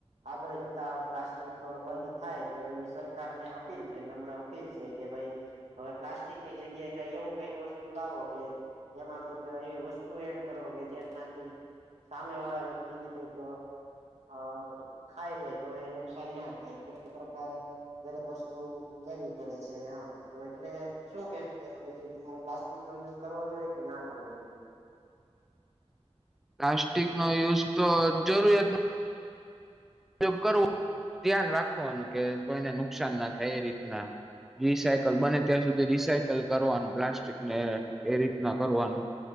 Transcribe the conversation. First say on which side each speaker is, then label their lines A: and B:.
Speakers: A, on the right; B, in the centre.
A: આગળ જતા પ્લાસ્ટિક બંધ થાય તો એવી સરકારને અપીલ છે નમ્ર. અપીલ છે કે ભાઈ હવે પ્લાસ્ટિકની જગ્યા. ક એવું કઈક વસ્તુ લાવો કે એમાં કઈક એવી વસ્તુ એડ કરો કે જેનાથી સામે વાળા વ્યક્તિ ને કઈ ક અ ખાય જાય તો એ નુકસાન ના થાય તો એ પ્રકારે દરેક વસ્તુ કરવી પડે છે હા તો એટલે શું કે. તો એમાં બીજું તમારે પ્લાસ્ટિક નો યુઝ કરવો જોઈએ કે ના કરવો જોઈએ
B: પ્લાસ્ટિક નો યુઝ તો જરૂરત ઉપયોગ કરવું ધ્યાન રાખવાનું કે કોઈને નુકસાન ના થાય એ રીતના રિસાયકલ બને ત્યાં સુધી રિસાયકલ કરવાનું પ્લાસ્ટિકને એ રીતના કરવાનું.